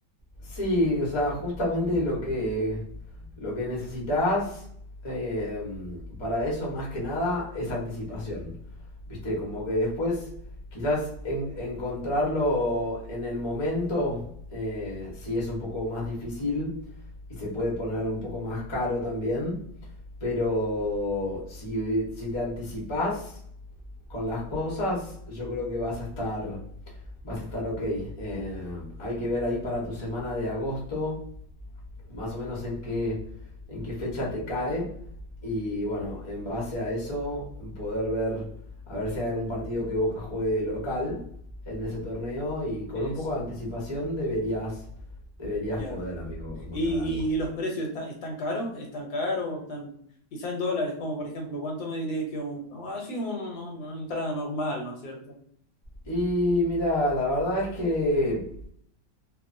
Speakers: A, on the left; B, on the left.
A: Sí, o sea, justamente lo que, lo que necesitas eh, para eso más que nada es anticipación. Viste, como que después quizás en- encontrarlo en el momento eh, sí es un poco más difícil y se puede poner un poco más caro también, pero si, si te anticipás con las cosas, yo creo que vas a estar Vas a estar ok. Eh, hay que ver ahí para tu semana de agosto, más o menos en qué, en qué fecha te cae. Y bueno, en base a eso, poder ver, a ver si hay algún partido que Boca juegue local en ese torneo. Y con
B: Eso,
A: un poco de anticipación deberías, deberías
B: ya.
A: poder, amigo, encontrar
B: ¿Y,
A: algo.
B: y, y los precios están, están caros? ¿Están caros? ¿Están, quizá en dólares, como por ejemplo, ¿cuánto me diría que un, así un- un- una entrada normal, ¿no es cierto?
A: Y mira, la verdad es que